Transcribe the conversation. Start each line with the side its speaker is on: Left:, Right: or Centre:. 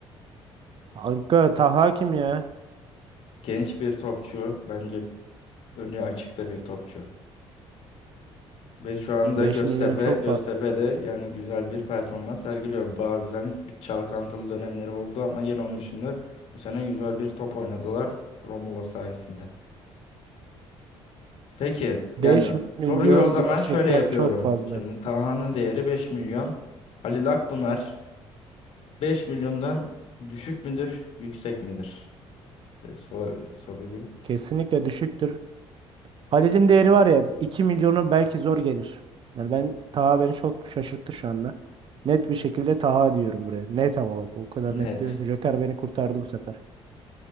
Right: Kanka Taha kim ya?
Left: Genç bir topçu. Bence önü açıkta bir topçu. Ve şu anda
Right: 5
Left: Göztepe,
Right: milyon çok
Left: Göztepe'de
Right: fazla.
Left: yani güzel bir performans sergiliyor. Bazen bir çalkantılı dönemleri oldu ama yine onun dışında bu sene güzel bir top oynadılar Romulo sayesinde. Peki
Right: Beş
Left: yani
Right: milyon
Left: soruyu o zaman
Right: gerçekten
Left: şöyle yapıyorum.
Right: çok fazla.
Left: Şimdi Taha'nın değeri 5 milyon. Halil Akbunar 5 milyondan düşük müdür, yüksek midir? Ve sor- soruyu
Right: Kesinlikle düşüktür. Halil'in değeri var ya 2 milyonu belki zor gelir. Yani ben Taha beni çok şaşırttı şu anda. Net bir şekilde Taha diyorum buraya. Net ama bak o kadar
Left: net.
Right: net diyorum. ki Joker beni kurtardı bu sefer.